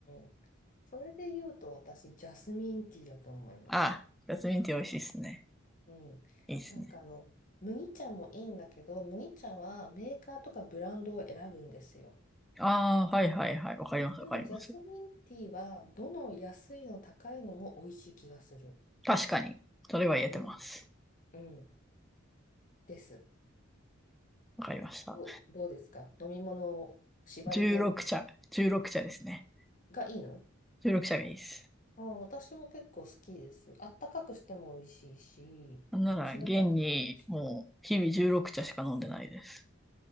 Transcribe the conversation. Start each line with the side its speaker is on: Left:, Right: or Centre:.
Left: ん。それで言うと、私、ジャスミンティーだと思います。
Centre: ああ、ジャスミンティー美味しいっすね。
Left: うん。
Centre: いいっすね。
Left: なんかあの、麦茶もいいんだけど、麦茶はメーカーとかブランドを選ぶんですよ。
Centre: ああ、はいはいはい。わかりますわかります。
Left: でも、ジャスミンティーは、どの安いの高いのも美味しい気がする。
Centre: 確かに。それは言えてます。
Left: うん。うん。です。
Centre: わかりました。
Left: ど、どうですか飲み物縛り限定
Centre: 16茶。16茶ですね。
Left: がいいの
Centre: 16茶がいいです。
Left: ああ、私も結構好きです。あったかくしても美味しいし、
Centre: なんなら、
Left: 冷たくても美味し
Centre: 現にもう日々16茶しか飲んでないです。